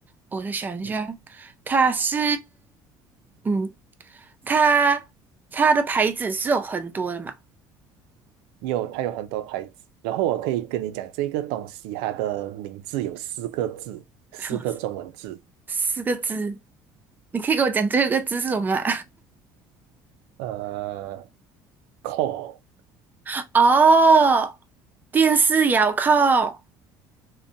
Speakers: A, on the right (about 20°); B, on the right (about 80°).
A: 我再想一下，
B: 嗯。
A: 它是，嗯，它它的牌子是有很多的嘛？
B: 有，它有很多牌子。然后我可以跟你讲，这个东西它的名字有四个字，四个中文字。
A: <laughs> 四个字，你可以给我讲最后一个字是什么吗？
B: 呃，控，
A: <laughs> 哦，电视遥控、